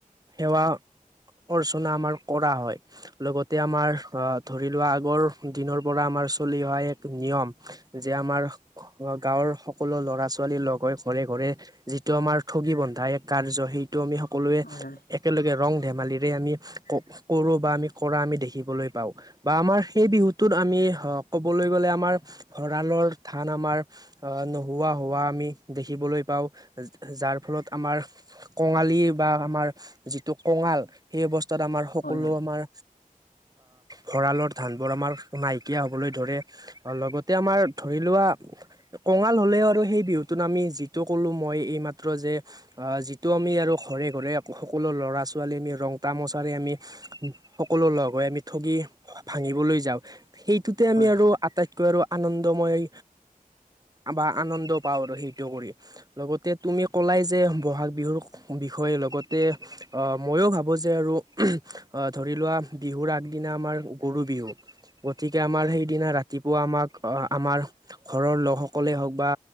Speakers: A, on the right; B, on the left.
A: সেৱা অৰ্চনা, আমাৰ কৰা হয় লগতে তে আমাৰ ধৰি লোৱা আগৰ দিনৰ পৰা আমাৰ চলি অহা এক নিয়ম যে আমাৰ গাঁৱৰ সকলো ল'ৰা ছোৱালি লগ হৈ ঘৰে ঘৰে যিটো আমাৰ ঠগী বন্ধা এক কাৰ্য সেই আমি সকলোৱে,
B: হয়
A: একেলগে ৰং ধেমালিৰে আমি, কৰো বা আমি কৰা আমি দেখিবলৈ পাও, বা আমাৰ সেই বিহুটোত আমি অ' ক'বলৈ গ'লে আমাৰ ভঁৰালৰ ধান আমাৰ, নোহোৱা হোৱা আমি দেখিব বলৈ পাও, যাৰ ফলত আমাৰ, কঙালী বা আমাৰ যিটো কঙাল সেই তাত আমাৰ সকলো
B: হয় হয়
A: আমাৰ ভঁৰালৰ ধানবোৰ আমাৰ নাইকিয়া হ'বলৈ ধৰে লগতে আমাৰ ধৰি লোৱা কঙাল হলেও আৰু সেই বিহুটোত আমি যিটো ক'লো মই এইমাত্ৰ যে যিটো আমি আৰু ঘৰে ঘৰে সকলো ল'ৰা ছোৱালী আমি ৰং তামচাৰে আমি সকলো লগ গৈ আমি ঠগি ভাঙিবলৈ যাওঁ, সেইটোতে আমি
B: হয়
A: আৰু আটাই কৈ আৰু আনন্দময়‌ বা আনন্দ পাওঁ আৰু সেইটো কৰি লগতে তুমি কলাই যে বহাগ বিহুৰ বিষয়ে লগতে ময়ো ভাবোঁ যে আৰু ধৰি লোৱা‌ বিহুৰ আগদিনা আমাৰ গৰু বিহু, গতিকে আমাৰ সেইদিনা ৰাতিপুৱা আমাক আমাৰ ঘৰৰ লোকসকলে হওক বা,